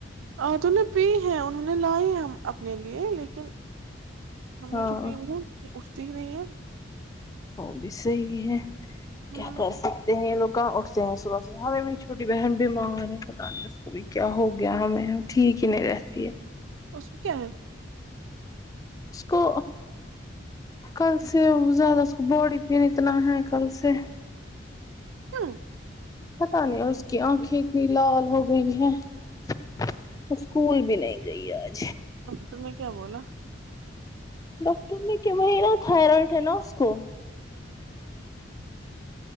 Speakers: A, on the right (about 85°); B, on the left (about 20°).
A: آ تو نے پی ہیں انہوں نے لائی ہیں ہم اپنے لیے لیکن ہمیں
B: ہاں
A: جو پینی ہے یہ اٹھتی ہی نہیں ہے
B: وہ بھی صحی ہے
A: ہاں
B: کیا کر سکتے ہیں لوگ کہاں اٹھتے ہیں صبح سے ہمیں میری چھوٹی بہن بیمار ہے پتا نہیں اس کو بھی کیا ہو گیا ہمیں ٹھیک ہی نہیں رہتی ہے
A: اس کو کیا ہے
B: اس کو کل سے زیادہ اس کو باڈی پین اتنا ہے کل سے
A: ہ
B: پتا نہیں اس کی آنکھیں اتنی لال ہو گئی ہیں وہ اسکول بھی نہیںائ گئی ہے
A: تو میں کیا بولا
B: ڈاکٹر نے کیا میرا تھائیرائڈ ہے نا اس کو